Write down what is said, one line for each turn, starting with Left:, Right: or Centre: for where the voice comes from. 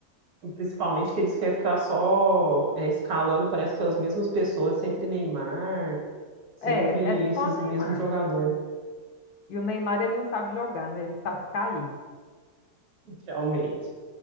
Right: Principalmente que eles querem ficar só é, escalando, parece que é as mesmas pessoas, sempre Neymar, sempre
Left: É, é
Right: esses
Left: só Neymar.
Right: mesmos jogadores,
Left: E o Neymar, ele não sabe jogar, né? Ele sabe cair.
Right: realmente.